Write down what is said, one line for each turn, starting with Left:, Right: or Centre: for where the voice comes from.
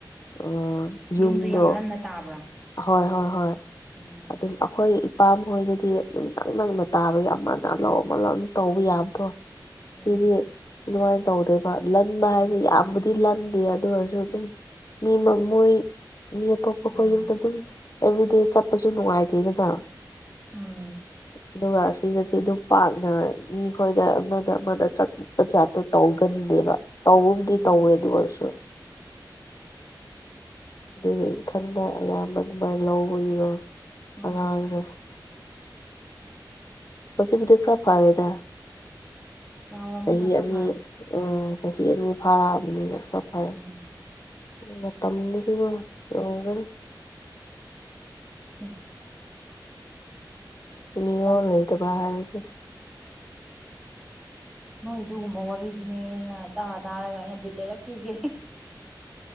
Left: ꯑꯥ ꯌꯨꯝꯗꯣ
Centre: ꯌꯨꯝꯗꯨ ꯌꯥꯝ ꯂꯟꯅ ꯇꯥꯕ꯭ꯔꯥ
Left: ꯍꯣꯏ ꯍꯣꯏ ꯍꯣꯏ
Centre: ꯎꯝ
Left: ꯑꯗꯨꯝ ꯑꯩꯈꯣꯏ ꯏꯄꯥꯝ ꯍꯣꯏꯗꯗꯤ ꯅꯛ ꯅꯛꯅ ꯇꯥꯕꯒꯤ ꯑꯃꯅ ꯂꯧ ꯑꯃꯅ ꯇꯧꯕ ꯌꯥꯕꯗꯣ
Centre: ꯎꯝ
Left: ꯁꯤꯗꯤ ꯑꯗꯨꯃꯥꯏꯅ ꯇꯧꯗꯦꯕ ꯂꯟꯕ
Centre: ꯎꯝ
Left: ꯍꯥꯏꯗꯤ ꯌꯥꯝꯕꯨꯗꯤ ꯂꯟꯗꯦ ꯑꯗꯨ ꯑꯣꯏꯔꯁꯨ ꯑꯗꯨꯝ ꯃꯤ ꯃ ꯃꯣꯏ ꯃꯤ ꯑꯇꯣꯞꯄ
Centre: ꯎꯝ
Left: ꯈꯣꯏ ꯌꯨꯝꯗ ꯑꯗꯨꯝ ꯑꯦꯚ꯭ꯔꯤꯗꯦ ꯆꯠꯄꯁꯨ ꯅꯨꯡꯉꯥꯏꯇꯦꯗꯅ
Centre: ꯎꯝ
Left: ꯑꯗꯨꯒ ꯑꯁ ꯁꯤꯗꯗꯤ ꯑꯗꯨꯝ ꯄꯥꯛꯅ ꯃꯤꯈꯣꯏꯗ ꯑꯃꯗ ꯑꯃꯗ ꯆꯠꯄ ꯖꯥꯠꯇꯣ ꯇꯧꯒꯟꯗꯦꯕ ꯇꯧꯕꯕꯨꯗꯤ
Centre: ꯎꯝ
Left: ꯇꯧꯋꯦ ꯑꯗꯨ ꯑꯣꯏꯔꯁꯨ ꯑꯗꯨꯒꯤ ꯏꯊꯟꯗ ꯑꯌꯥꯝꯕ ꯑꯗꯨꯃꯥꯏꯅ ꯂꯧꯕꯒꯤꯔꯣ
Centre: ꯎꯝ
Left: ꯑꯉꯥꯡꯁꯦ ꯍꯧꯖꯤꯛꯄꯨꯗꯤ ꯈꯔ ꯐꯔꯦꯗ
Centre: ꯆꯥꯎꯔꯕꯅꯤꯅ
Left: ꯆꯍꯤ
Centre: ꯈꯔ
Left: ꯑꯅꯤ
Centre: ꯐꯔꯝ
Left: ꯎ
Centre: ꯎꯝ
Left: ꯆꯍꯤ ꯑꯅꯤ ꯐꯥꯔꯛꯑꯕꯅꯤ ꯈꯔ ꯐꯩ
Centre: ꯎꯝ
Left: ꯃꯇꯝꯗꯨꯗꯤꯀꫭ ꯌꯧꯒꯅꯤ
Centre: <inaudible>
Left: ꯃꯤꯔꯣꯜ
Centre: ꯇꯜꯂꯦ
Left: ꯂꯩꯩꯗꯕ ꯍꯥꯏꯕꯁꯦ
Centre: ꯅꯣꯏ ꯑꯗꯨꯒꯨꯝꯕ ꯋꯥꯔꯤꯗꯨꯅꯦꯅ ꯇꯥ ꯇꯥꯔꯒ ꯑꯩꯅ ꯕꯤꯠ ꯂꯩꯔꯛꯇ꯭ꯔꯤꯁꯦ